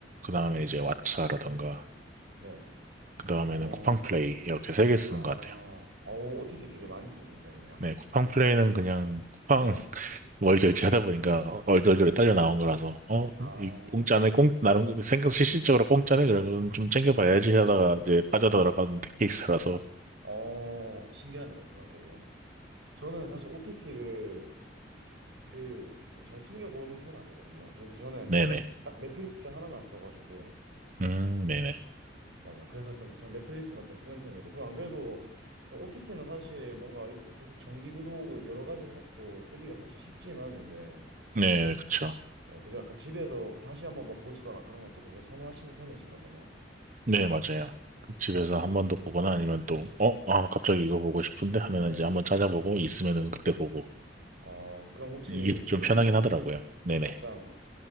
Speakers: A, on the right; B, on the right.
A: 그 다음에 이제 왓챠라던가,
B: 네.
A: 그 다음에는
B: 어,
A: 쿠팡플레이, 이렇게 세 개 쓰는
B: 아, 어,
A: 것 같아요.
B: OTT 되게 많이 쓰시는 편이네요.
A: 네, 쿠팡 플레이는 그냥 쿠팡
B: 네.
A: <laughs> 월 결제하다 보니까 얼떨결에
B: 네네.
A: 딸려 나온 거라서 어,
B: 아,
A: 이 공짜네, 공 나름 생각 실질적으로 공짜네 그래 그럼 좀 챙겨봐야지
B: 그쵸, 그쵸, 그쵸.
A: 하다가 이제 빠져들어가는 케이스라서
B: 어, 신기하네요. 그건 되게. 저는 사실 OTT를 그 좀 잘 챙겨보는 편 아니거든요. 그래서 저는
A: 네네,
B: 딱 넷플릭스 하나만 써가지고
A: 음, 네네,
B: 맞아요. 그래서 좀 전 넷플릭스만 좀 쓰는 편이고 그 안 그래도 OTT는 사실 뭔가 이렇게 계속 정기 구독을 여러 가지 해놓고 쓰기가 사실 쉽지는 않은데
A: 네, 그쵸,
B: 네, 그래도 약간 집에서 다시 한번 뭐 보시거나 그런 것도 되게 선호하시는 편이신가 보네요.
A: 네, 맞아요. 그 집에서
B: 음,
A: 한 번 더 보거나 아니면 또 어, 아, 갑자기 이거 보고 싶은데 하면은
B: 예. 예.
A: 이제 한번 찾아보고 있으면은 그때 보고
B: 어, 그럼 혹시
A: 이게
B: 그
A: 좀
B: 삐님은
A: 편하긴 하더라고요. 네네.
B: 약간